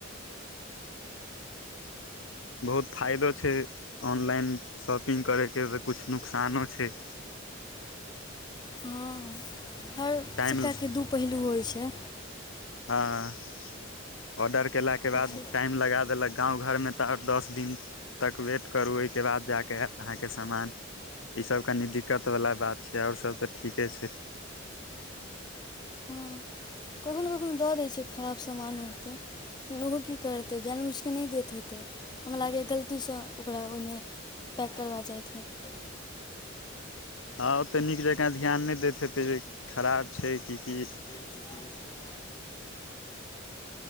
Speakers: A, on the left; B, on the left.
A: बहुत फायदो छै ऑनलाइन शॉपिंग करैके तऽ कुछ नुकसानो छै।
B: हँ हर
A: टाइम
B: सिक्का कऽ दू पहलू होइ छै।
A: हँ ऑर्डर केल के बाद
B: तऽ
A: टाइम लगा देलक गाँव घरमे तऽ ओर दस दिन तक वेट करू ओहिके बाद जाकऽ आत अहाँके समान ई सब कनी दिक्कत बला बात छै। आओर सब तऽ ठीके छै।
B: हँ कखनु कखनु दऽ दै छैियै खराब सामान होतऽ। फिन ओहो की करतै जैन बुझकय नहि दैत हेतै हमरा लागैए गलतीसँ ओकरा ओहिमे पैक करबा जाइत हाइत
A: हँ ओतऽ नीक जकाँ ध्यान नहि दैत हेतै जे खराब छै की की
B: <unintelligible>